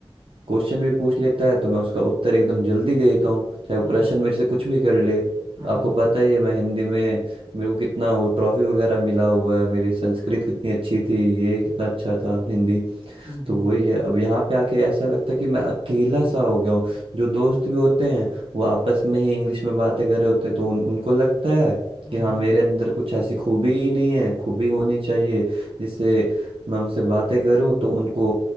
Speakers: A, on the right; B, on the right.
A: क्वेश्चन भी पूछ लेता है तो मैं उसका उत्तर एकदम जल्दी दे देता हूँ चाहे वो
B: हम्म,
A: प्रश्न
B: हम्म,
A: मेरे से कुछ भी कर ले
B: हाँ
A: आपको
B: हाँ
A: पता ही है मैं हिंदी में मेरे को कितना वो ट्रॉफी वगैरह मिला हुआ है मेरी संस्कृत कितनी अच्छी थी ये कितना अच्छा था हिंदी
B: हम्म
A: तो
B: हम्म
A: वही है अब यहाँ पे आके ऐसा लगता है कि मैं अकेला सा हो गया हूँ जो दोस्त भी होते हैं वो आपस में ही इंग्लिश में बातें कर रहे होते हैं तो उन, उनको लगता है
B: हाँ,
A: कि हाँ
B: हाँ,
A: मेरे अंदर कुछ ऐसी खूबी ही नहीं है खूबी होनी चाहिए जिससे मैं उनसे बातें करूँ तो उनको